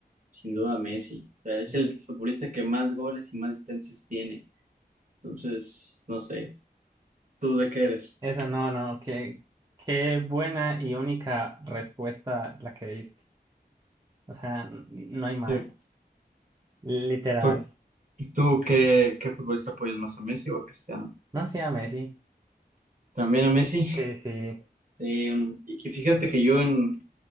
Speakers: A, on the right (about 50°); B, on the right (about 25°).
A: sin duda Messi. O sea, es
B: Eh,
A: el futbolista que más goles y más asistencias tiene. Entonces, no sé, ¿tú de qué eres?
B: Eso no, no, qué, qué buena y única respuesta la que diste. O sea, n- no hay más.
A: Sí.
B: Literal.
A: ¿Tú, tú qué, qué futbolista apoyas más a Messi o a Cristiano?
B: No sea Messi.
A: También a Messi. <laughs>
B: Sí, sí.
A: Eh, y y fíjate que yo en,